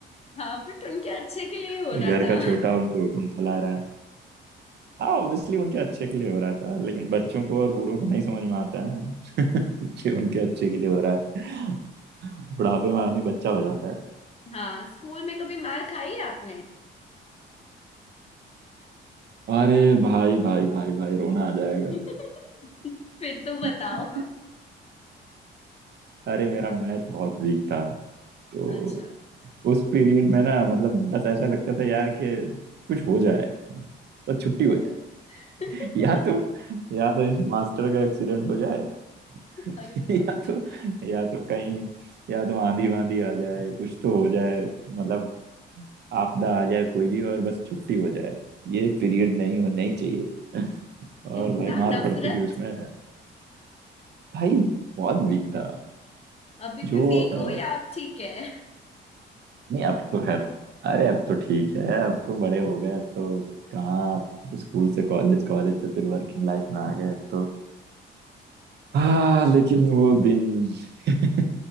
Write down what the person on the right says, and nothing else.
कोई
घर
का छोटा उनको हुक्म चला रहा है हाँ ऑब्वियसली उनके अच्छे के लिए हो रहा था लेकिन बच्चों को और बूढ़ों को नहीं समझ में आता है ना कि उनके अच्छे के लिए हो रहा है बुढ़ापे में आदमी बच्चा हो जाता है
अरे भाई भाई भाई भाई रोना आ जाएगा
<laughs> अरे मेरा मैथ बहुत वीक था तो
उस पीरियड में ना मतलब बस ऐसा लगता था यार कि कुछ हो जाए बस छुट्टी हो जाए
<laughs> या तो या तो इस मास्टर का एक्सीडेंट हो जाए
<laughs>
या
तो या तो कहीं या तो आंधी वांधी आ जाए कुछ तो हो जाए मतलब आपदा आ जाए कोई भी और बस छुट्टी हो जाए ये पीरियड नहीं हो नहीं चाहिए और
भाई मार
पड़ती थी उसमें भाई बहुत वीक था
जो
अ,
नहीं अब तो खैर अरे अब तो ठीक है अब तो बड़े हो गए अब तो कहाँ स्कूल से कॉलेज कॉलेज से फिर वर्किंग लाइफ में आ गए अब तो हाँ लेकिन वो दिन <laughs>